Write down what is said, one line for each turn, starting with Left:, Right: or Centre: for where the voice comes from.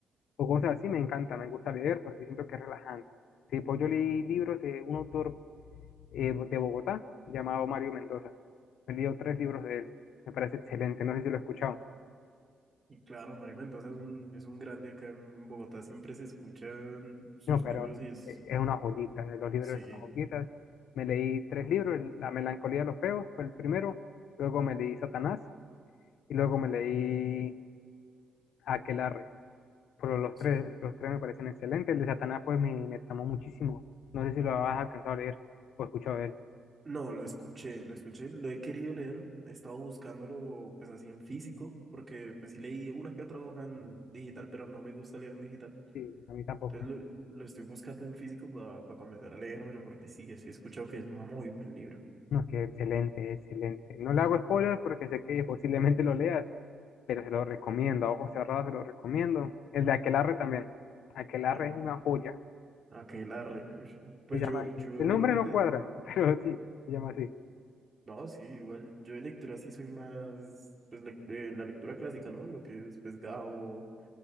Left: o cosas así, me encanta, me gusta leer porque siento que es relajante. Tipo, yo leí libros de un autor eh, de Bogotá llamado Mario Mendoza. He leído tres libros de él. Me parece excelente. No sé si lo he escuchado.
Right: Y claro, Mario Mendoza es un, es un grande acá en Bogotá, siempre se escuchan sus
Left: No, pero
Right: libros y es,
Left: eh, es una joyita. eh, Los libros
Right: sí,
Left: son unas joyitas. Me leí tres libros. el- La melancolía de los feos fue el primero. Luego me leí Satanás. Y luego me leí Aquelarre. Pero los
Right: Sí.
Left: tres, los tres me parecen excelentes. El de Satanás pues me, me tramó muchísimo. No sé si lo has alcanzado a leer o escuchado de él.
Right: No, lo escuché, lo escuché, lo he querido leer, he estado buscándolo pues así en físico, porque pues sí leí una que otra hoja en digital, pero no me gusta leer en digital.
Left: Sí, a mí tampoco.
Right: Entonces lo, lo estoy buscando en físico para comenzar a leérmelo, porque sí, sí he escuchado que es muy buen libro.
Left: No, es que excelente, excelente. No le hago spoilers porque sé que posiblemente lo leas pero se lo recomiendo, a ojos cerrados se lo recomiendo. El de Aquelarre también. Aquelarre
Right: A-
Left: es una joya,
Right: Aquelarre. ush. no? Pues
Left: se llama
Right: yo,
Left: así.
Right: yo
Left: El nombre no
Right: de...
Left: cuadra, <laughs> pero sí, se llama así.
Right: No, sí, igual, yo de lectura sí soy más, pues lec- de la lectura clásica, ¿no? Lo que es pues Gabo,